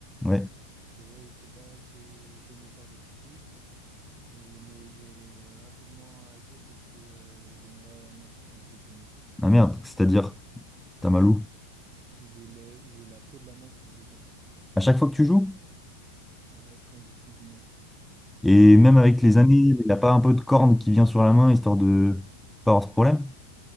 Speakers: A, in the centre; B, on the right.
A: Ouais.
B: que ouais, c'est pas ce que j'aimais par-dessus tout. Et, mais j'ai rapidement arrêté parce que euh, j'ai mal à la main quand je joue au tennis.
A: Ah merde, c'est-à-dire. Tamalou.
B: J'ai le, j'ai la peau de la main qui se décolle.
A: À chaque fois que tu joues,
B: Ouais, quand je joue plus d'une heure.
A: et même avec les
B: C'est un
A: années,
B: peu handicapant.
A: il n'a pas un peu de corne qui vient sur la main, histoire de pas avoir ce problème.